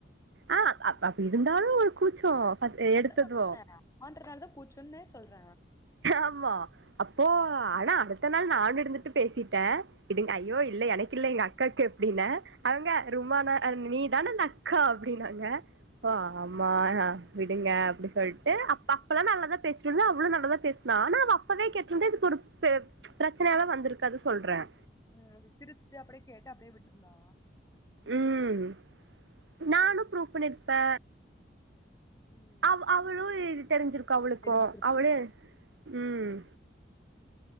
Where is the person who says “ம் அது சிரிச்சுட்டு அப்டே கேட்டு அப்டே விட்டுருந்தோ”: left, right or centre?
Left